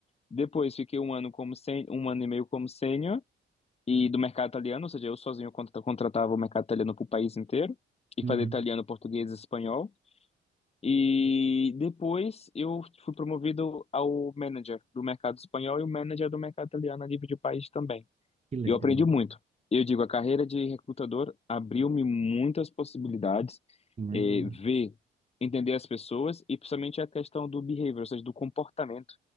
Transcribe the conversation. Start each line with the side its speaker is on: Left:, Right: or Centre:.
Left: Depois, fiquei um ano como sen- um ano e meio como sênior. E do mercado italiano, ou seja, eu sozinho contra- contratava o mercado italiano para o país inteiro e
Right: Uhum.
Left: fazer italiano, português e espanhol. E depois eu fui promovido ao manager do mercado espanhol e o manager do mercado italiano a nível de país também.
Right: Que legal.
Left: Eu aprendi muito. Eu digo, a carreira de recrutador abriu-me muitas possibilidades,
Right: Imagina.
Left: eh, ver, entender as pessoas e principalmente a questão do behavior, ou seja, do comportamento.